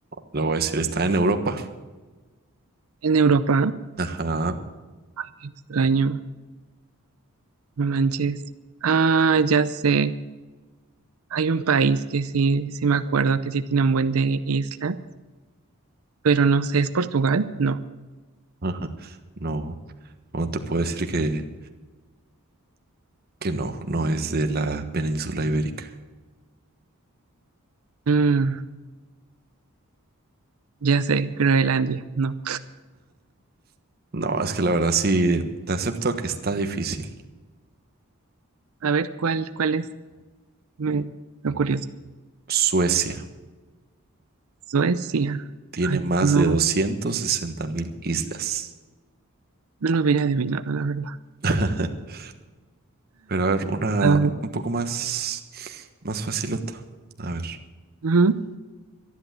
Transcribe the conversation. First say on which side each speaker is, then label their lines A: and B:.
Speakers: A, on the right; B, on the right.
A: lo voy a decir, está en Europa.
B: en Europa,
A: Ajá,
B: qué extraño. No manches. Ah, ya sé. Hay un país que sí, sí me acuerdo que sí tiene un buen de isla, pero no sé, ¿es Portugal? No.
A: ajá. No, no te puedo decir que que no, no es de la península ibérica.
B: Mm, ya sé, Groenlandia, no.
A: No, es que la verdad sí, te acepto que está difícil.
B: A ver, ¿cuál, cuál es? Me, lo curioso.
A: Suecia
B: Suecia.
A: tiene
B: Ay,
A: más
B: no,
A: de doscientas sesenta mil islas.
B: no lo hubiera adivinado, la verdad.
A: <laughs> Pero a ver, una
B: A ver,
A: un poco más, más facilota. A ver,
B: ujú.